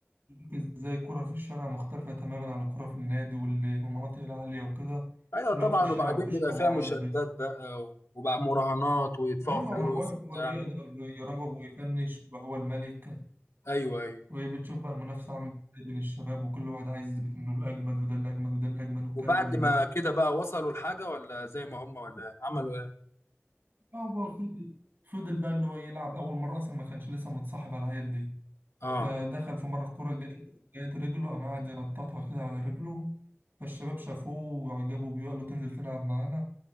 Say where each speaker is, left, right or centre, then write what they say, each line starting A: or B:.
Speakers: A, on the right; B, on the left.
A: بيوريك ازاي الكورة في الشارع مختلفة تماما عن الكورة في النادي واللي في المناطق العالية وكده
B: ايوه
A: اللي
B: طبعا
A: هو في الشارع
B: وبعدين
A: مفيش
B: بيبقى
A: قواعد
B: فيها مشادات بقى و- وبقى مراهنات ويدفعوا
A: ايوه
B: فلوس
A: ما انا بقول لك
B: وبتاع
A: هو اللي يقدر يراوغ ويفنش يبقى هو الملك
B: ايوه ايوه
A: وبتشوف بقى المنافسه عامله ازاي بين الشباب وكل واحد عايز يثبت انه الاجمد وده الاجمد وده الاجمد والكلام
B: وبعد
A: من
B: ما
A: ده
B: كده بقى وصلوا لحاجة ولا زي ما هم ولا عملوا ايه؟
A: هو بقى فضل فضل بقى اللي هو يلعب اول مره اصلا ما كانش لسه متصاحب على العيال دي
B: اه
A: فدخل في مره الكوره جت جت رجله قام قاعد ينططها كده على رجله فالشباب شافوه وعجبوا بيه وقالوا تنزل تلعب معانا